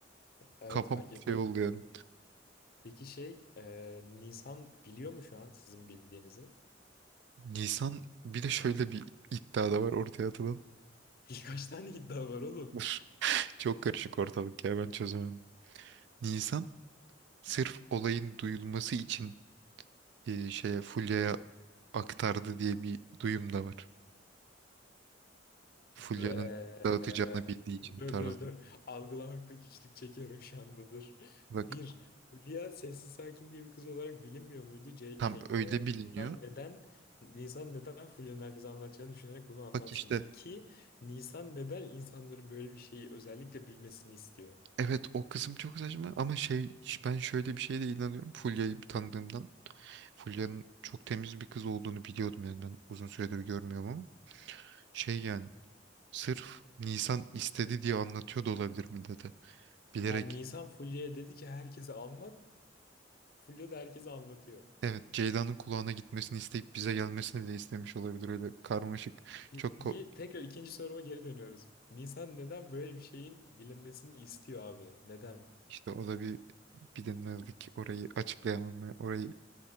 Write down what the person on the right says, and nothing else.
kafam
şey oldu yani.
Nisan bir de şöyle bir iddia da var ortaya atılan.
<laughs> Çok karışık ortalık ya ben çözemedim. Nisan sırf olayın duyulması için e, şeye Fulya'ya aktardı diye bir duyum da var. Fulya'nın
dağıtacağını bildiği için
tarzı.
Bak
tam
öyle
biliniyor.
Bak işte
evet o kısım çok saçma ama şey ben şöyle bir şeye de inanıyorum Fulya'yı tanıdığımdan. Fulya'nın çok temiz bir kız olduğunu biliyordum yani ben uzun süredir görmüyorum ama şey yani sırf Nisan istedi diye anlatıyor da olabilir millete. Bilerek
evet Ceyda'nın kulağına gitmesini isteyip bize gelmesini bile istemiş olabilir öyle karmaşık
çok ko-
işte o da bir bilinmezlik orayı açıklayamam ben. Orayı